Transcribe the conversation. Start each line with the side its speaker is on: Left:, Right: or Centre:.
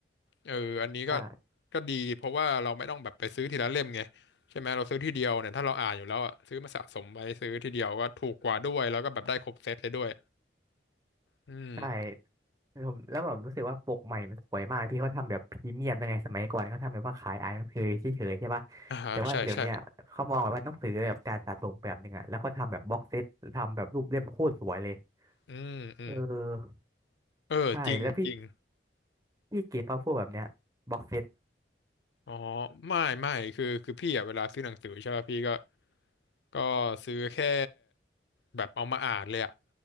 Left: เอออันนี้ก็
Right: ใช่
Left: ก็ดีเพราะว่าเราไม่ต้องแบบไปซื้อทีละเล่มไงใช่ไหมเราซื้อทีเดียวเนี่ยถ้าเราอ่านอยู่แล้วอ่ะซื้อมาสะสมไว้ซื้อทีเดียวก็ถูกกว่าด้วยแล้วก็แบบได้ครบเซตเลยด้วยอืม
Right: ใช่ผมแล้วแบบรู้สึกว่าปกใหม่มันสวยมากพี่เขาทำแบบพรีเมียมยังไงสมัยก่อนเขาทำแบบว่าขายอ่านหนังสือเฉยๆใช่ปะแต่ว่าเดี๋ยวเนี้ยเขามองแบบว่าหนังสือแบบการสะสมแบบหนึ่งอะแล้วก็ทำแบบบ็อกเซตทำแบบรูปเล่มโคตรสวยเลย
Left: อ่าใช่ใช่อืมอืม
Right: เออ
Left: เออจริงจริง
Right: ใช่แล้วพี่พี่เก็บมาพวกแบบเนี้ยบ็อกเซต
Left: อ๋อไม่ไม่คือคือพี่อ่ะเวลาซื้อหนังสือใช่ป่ะพี่ก็ก็ซื้อแค่แบบเอามาอ่านเลยอ่ะ